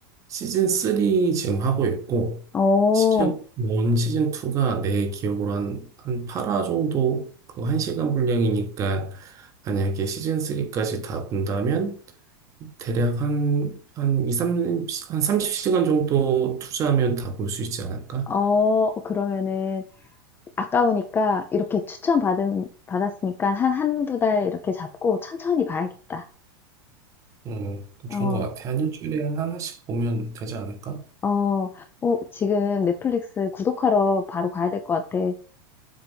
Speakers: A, on the right; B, on the left.
A: 시즌 3 지금 하고 있고,
B: 어,
A: 시즌 1, 시즌 2가 내 기억으로 한, 한 8화 정도, 그 1시간 분량이니까, 만약에 시즌 3까지 다 본다면, 대략 한, 한 2, 3, 한삼0시간 정도 투자하면 다 볼 수 있지 않을까?
B: 어, 그러면은 아까우니까 이렇게 추천 받은, 받았으니까 한 한두 달 이렇게 잡고 천천히 봐야겠다.
A: 음,
B: 어.
A: 좋은 것 같아. 한 일주일에 하나씩 보면 되지 않을까?
B: 어, 어, 지금 넷플릭스 구독하러 바로 가야 될 것 같아.